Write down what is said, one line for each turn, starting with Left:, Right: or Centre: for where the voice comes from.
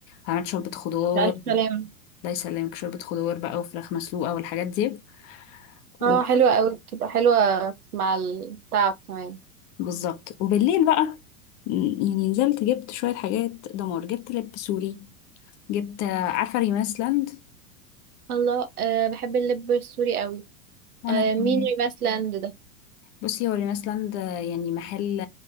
Left: عملت شوربة خضار
Right: بألف سلامة
Left: الله يسلمك شوربة خضار بقى وفراخ مسلوقة والحاجات دي
Right: اه
Left: و-
Right: حلوة اوي بتبقى حلوة مع التعب كمان
Left: بالظبط وبالليل بقى م، يعني نزلت جبت شوية حاجات دمار جبت لب سوري جبت آه، عارفة ريماس لاند
Right: الله آه بحب اللب السوري اوي
Left: وانا
Right: آه
Left: كمان
Right: مين ريماس لاند ده؟
Left: بصي هو ريناس لاند يعني محل